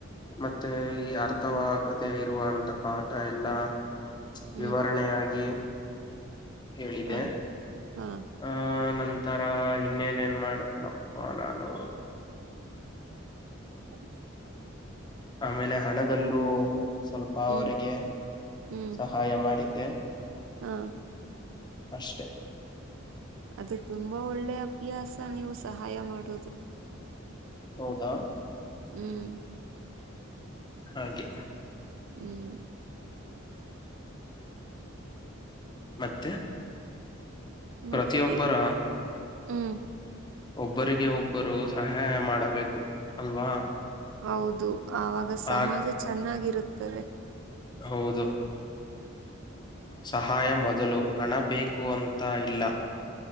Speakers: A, on the left; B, on the right.
A: ಮತ್ತೆ ಈ ಅರ್ಥವಾಗದೆೇ ಇರುವಂತ ಪಾಠ ಎಲ್ಲಾ
B: ಹ್ಮ್
A: ವಿವರಣೆಯಾಗಿ ಹೇಳಿದೆೆ
B: ಹಾ ಹಾ
A: ಆ ನಂತರ ಇನ್ನೇ ಇನ್ನ್ ಮಾಡ್ತನಪ್ಪ ನಾನು
B: ಸರಿ
A: ಆಮೇಲೆ ಹಣದಲ್ಲೂ ಸ್ವಲ್ಪ
B: ಹ್ಮ್
A: ಅವರಿಗೆ
B: ಹ್ಮ್
A: ಸಹಾಯ ಮಾಡಿ ಕ
B: ಹಾ
A: ಅಷ್ಟೇ
B: ಅದು ತುಂಬಾ ಒಳ್ಳೆ ಅಭ್ಯಾಸ ನೀವು ಸಹಾಯ ಮಾಡೋದು
A: ಹೌದಾ
B: ಹ್ಮ್
A: ಹಾಗೆ
B: ಹ್ಮ್
A: ಮತ್ತೆ ಪ್ರತಿಯೊಬ್ಬರ
B: ಮತ್ತೆ ಹ್ಮ್
A: ಒಬ್ಬರಿಗೆ ಒಬ್ಬರು ಸಹಾಯ ಮಾಡಬೇಕು ಅಲ್ವಾ
B: ಹೌದು ಆವಾಗ ಸಮಾಜ
A: ಆಗ್
B: ಚೆನ್ನಾಗಿರುತ್ತದೆ
A: ಹೌದು ಸಹಾಯ ಮೊದಲು ಹಣ ಬೇಕು ಅಂತ ಇಲ್ಲ